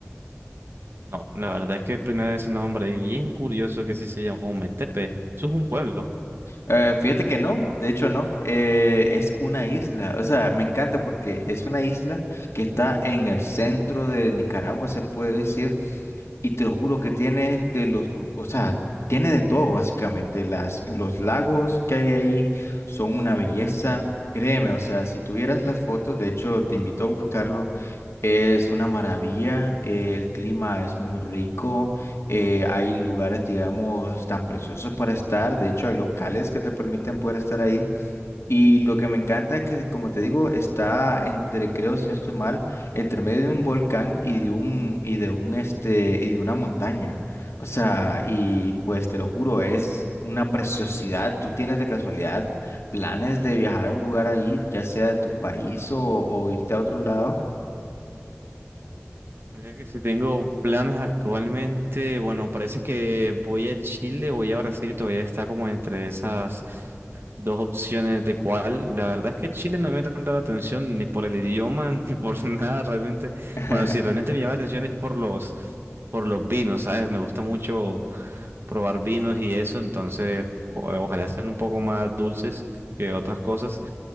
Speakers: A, on the right; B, on the left.
A: No, la verdad es que primera vez en nombre y bien curioso que sí se llama Ometepe. Eso es un pueblo.
B: Eh, fíjate que no, de hecho no, eh, es una isla, o sea, me encanta porque es una isla que está en el centro de Nicaragua, se puede decir, y te lo juro que tiene de los, lu- o sea, tiene de todo básicamente, las, los lagos que hay ahí son una belleza, créeme, o sea, si tuvieras las fotos, de hecho te invito a buscarlo, es una maravilla, eh, el clima es muy rico, eh, hay lugares, digamos, tan preciosos para estar, de hecho hay locales que te permiten poder estar ahí y lo que me encanta es que, como te digo, está entre, creo, si no estoy mal, entre medio de un volcán y de un, y de un, este, y de una montaña, o sea, y pues te lo juro, es una preciosidad, tú tienes de casualidad planes de viajar a un lugar ahí, ya sea de tu país o, o irte a otro lado.
A: Mira que si tengo planes actualmente, bueno, parece que voy a Chile, voy a Brasil, todavía está como entre esas dos opciones de cuál. La verdad es que Chile no me llama tanto la atención ni por el idioma <laughs> ni por nada realmente.
B: <laughs>
A: Bueno, si realmente me llama la atención es por los por los vinos, ¿sabes? Me gusta mucho probar vinos y eso, entonces o- ojalá sean un poco más dulces que otras cosas.